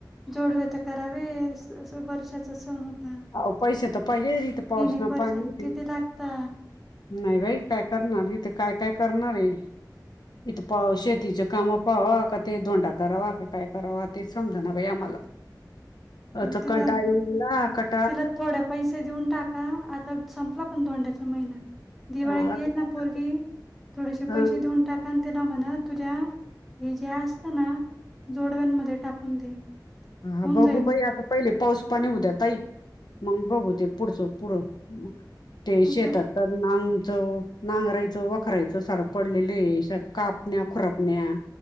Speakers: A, in the centre; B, on the left (about 65°).
A: जोडवे तर करावे वर्षाचा सण होत.
B: अ पैसे तर पहिजे इथ पाऊस
A: एक
B: ना
A: वर्ष
B: पाणी
A: किती लागता
B: नाही बाई काय करणार इथे काय काय करणार आहे इथं पा शेतीच काम पावा का ते धोंडा करावा का काय करावा ते समजा ना बाई आम्हाला.
A: <inaudible>
B: अ चकनटा
A: तिला
B: ये उला क
A: तिला थोड पैसे देऊन टाका आता संपला पण दोंड्याचा महिना दिवाळीत
B: हा, आता
A: येईेत
B: काय
A: ना पोरगी
B: करते?
A: थोडेसे
B: हा,
A: पैसे देऊन टाकान त्याला म्हणा तुझ्या हे ज्या असत ना जोडव्यांमध्ये टाकून दे
B: हा
A: होऊन
B: बघू
A: जाईल
B: प आता. पहिले पाऊस पाणी उद्या तई मग बघूते पुढचं पुढं मग ते
A: तुमचं
B: शेतात तर नांगच नांगरायचं वाखरायचं सारं पडलेलंश कापण्या खुरपण्या